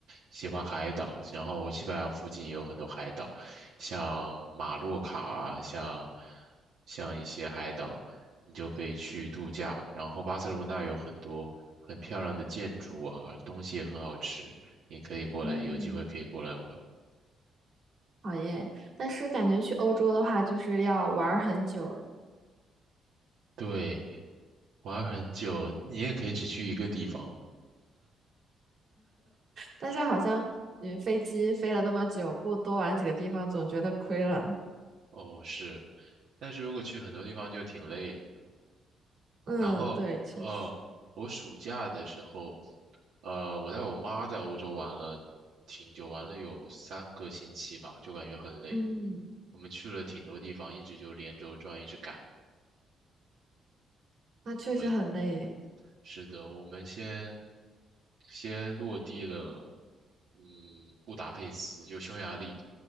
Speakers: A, on the right; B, on the right.
A: 喜欢海岛，然后西班牙附近也有很多海岛，像马洛卡啊，像像一些海岛，你就可以去度假。然后巴塞罗那有很多很漂亮的建筑啊，东西也很好吃，你可以过来，
B: 嗯，
A: 有机会可以过来玩。
B: 好耶！但是感觉去欧洲的话，就是要玩儿很久，
A: 对，玩很久，你也可以只去一个地方了。
B: 但是好像嗯飞机飞了那么久，不多玩几个地方，总觉得亏了。
A: 哦，是，但是如果去很多地方就挺累的。
B: 嗯，
A: 然后，
B: 对，确实，
A: 呃，我暑假的时候，呃，我带我妈在欧洲玩了挺久，玩了有三个星期吧，就感觉很累。
B: 嗯，
A: 我们去了挺多地方，一直就连轴转，一直赶。
B: 那确实很累。
A: 对。是的，我们先先落地了，嗯，布达佩斯就匈牙利，